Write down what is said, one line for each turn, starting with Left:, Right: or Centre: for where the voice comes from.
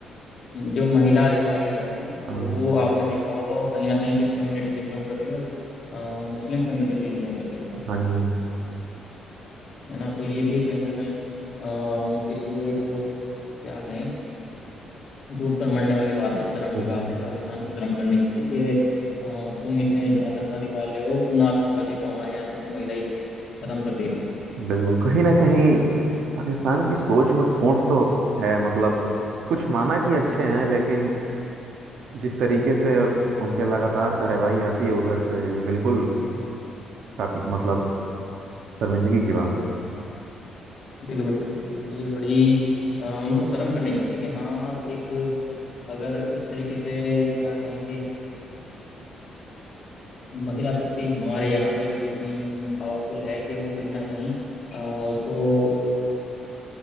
Left: जो महिला अधिकारी हैं
Right: हाँ
Left: वो आपने देखा होगा वो कहीं ना कहीं किस कम्युनिटी से बिलोंग कर रही है वो अ, मुस्लिम कम्युनिटी से ही बिलोंग करती है हमारी
Right: हाँ जी
Left: है ना तो ये भी एक कहीं ना कहीं अ, उनके लिए एक क्या कहें डूब कर मरने वाली बात है शर्म
Right: बिल्कुल
Left: की बात है पाकिस्तान को शर्म करनी चाहिए कि अ, तुम इतने जो आतंकवादी पाल रहे हो उन आतंकवादियों को हमारे यहाँ की तो महिला ही खत्म कर दे रही है
Right: बिल्कुल कहीं ना कहीं पाकिस्तान की सोच में खोट तो है मतलब कुछ माना कि अच्छे हैं लेकिन जिस तरीके से उनके लगातार कार्रवाई आती है उधर से ये बिल्कुल काफी मतलब शर्मिंदगी की बात है
Left: बिल्कुल बिल्कुल बिल्कुल ये बड़ी अ, उनको शर्म करनी चाहिए कि हाँ एक अगर इस तरीके से क्या कहें कि महिला शक्ति हमारे यहाँ पे जो इतनी पावरफुल है कि वो कहीं ना कहीं अ, उसको